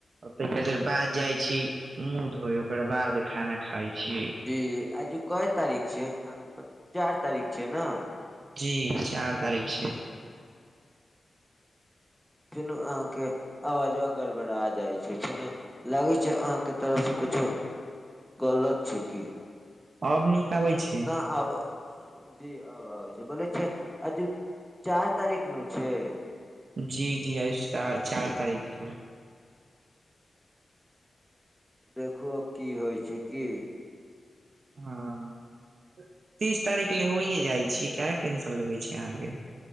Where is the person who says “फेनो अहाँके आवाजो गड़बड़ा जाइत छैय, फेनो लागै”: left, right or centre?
Centre